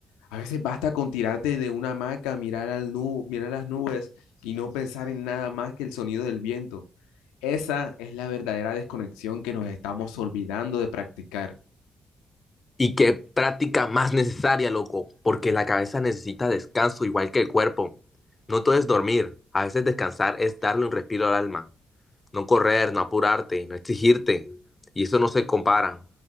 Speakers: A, on the left (about 85°); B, on the left (about 30°).
A: A veces basta con tirarte de una hamaca, mirar al nu- mirar las nubes y no pensar en nada más que el sonido del viento. Esa es la verdadera desconexión que nos estamos olvidando de practicar.
B: Y qué práctica más necesaria, loco, porque la cabeza necesita descanso igual que el cuerpo. No todo es dormir, a veces descansar es darle un respiro al alma. no correr, no apurarte, no exigirte. Y eso no se compara,